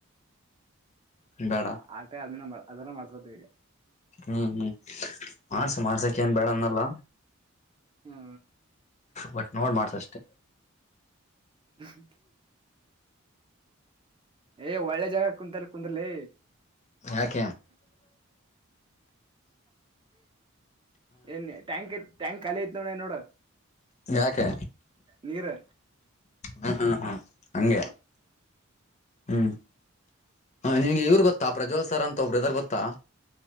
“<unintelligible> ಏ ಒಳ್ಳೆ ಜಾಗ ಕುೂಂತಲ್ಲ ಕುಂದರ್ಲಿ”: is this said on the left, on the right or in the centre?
Right